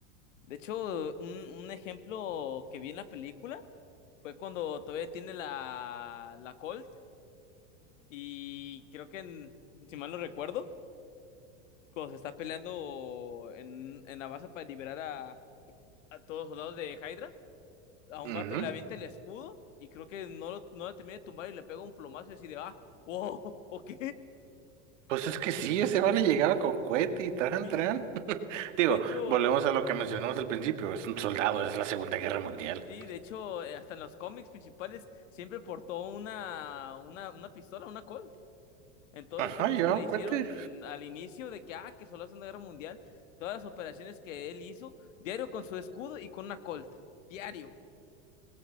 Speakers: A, on the left (about 85°); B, on the right (about 75°).
A: de hecho, un, un ejemplo que vi en la película fue cuando todavía tiene la, la Colt y creo que, en- si mal no recuerdo, cuando se está peleando en, en la base para liberar a, a todos los soldados de Hydra, a un
B: Ujú.
A: vato le avienta el escudo y creo que no lo, no lo termina de tumbar y le pega un plomazo y así de, ah, wow, <laughs> ok,
B: Pues es que sí, ese vale llegaba con cohete y tran,
A: sí.
B: tran. <laughs> Digo,
A: De hecho,
B: volvemos a lo que mencionamos al principio, es un soldado, es la Segunda Guerra Mundial.
A: sí, de hecho, eh, hasta en los cómics principales siempre portó una, una, una pistola, una Colt. En todos
B: Ajá,
A: los cómics
B: llevaba
A: que le hicieron
B: cohete.
A: al inicio de que, ah, que solo hace una guerra mundial, todas las operaciones que él hizo, diario con su escudo y con una Colt, diario.